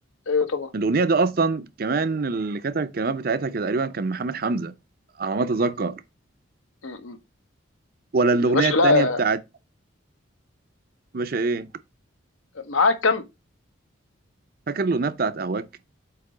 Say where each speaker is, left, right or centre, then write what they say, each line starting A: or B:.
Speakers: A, on the left; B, on the right.
A: ايوه طبعا
B: الاغنيه دي اصلا كمان اللي كتب الكلمات بتاعتها كان تقريبا كان محمد حمزه على ما اتذكر
A: مم. مم.
B: ولا الاغنيه
A: يا باشا
B: التانيه
A: لا
B: بتاعت باشا ايه
A: معاك كم
B: فاكر الاغنيه بتاعت اهواك